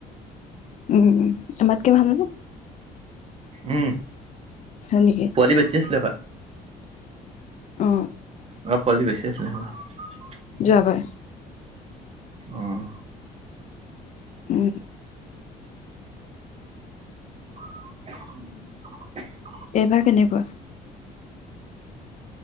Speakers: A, on the left (about 45°); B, on the right (about 35°).
A: উম আমাতকে ভালনে
B: উম
A: হয় নেকি
B: পোৱালি বেছি আছিলে তা
A: অ
B: অ <inaudible> পোৱালী বেছি আছিলে <unintelligible>
A: যাবাৰ <inaudible>
B: অঁ
A: উম
B: উ
A: এইবাৰ কেনেকুৱা